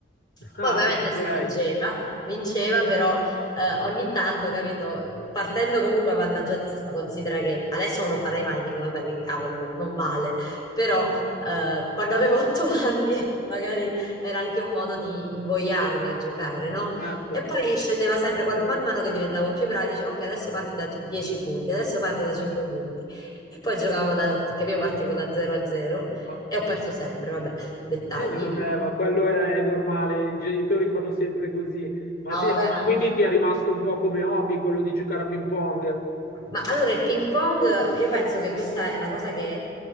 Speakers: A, on the left (about 55°); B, on the left (about 25°).
A: <laughs>
B: Poi
A: Ah,
B: ovviamente
A: ok,
B: si vinceva, vinceva, però eh, ogni tanto, capito, partendo comunque avvantaggiatissima, considera che adesso non lo farei mai, dico, vabbè, che cavolo, non, non vale, però eh, quando avevo 8 <laughs> anni magari era anche un modo di invogliarmi a giocare, no?
A: certo.
B: E poi scendeva sempre, quando- man mano che diventavo più brava, dicevo, ok, adesso parti da 10 punti, adesso parti da 5 punti. E poi giocavamo da, che io partivo da 0 a 0
A: Ma,
B: e ho perso sempre, vabbè, dettagli.
A: eh, vabbè, ma quello è, è normale, i genitori fanno sempre così. Ma
B: No,
A: senti,
B: vabbè,
A: ma
B: ma
A: quindi ti è rimasto un po' come hobby quello di giocare a ping pong?
B: Ma allora il ping pong, io penso che questa è una cosa che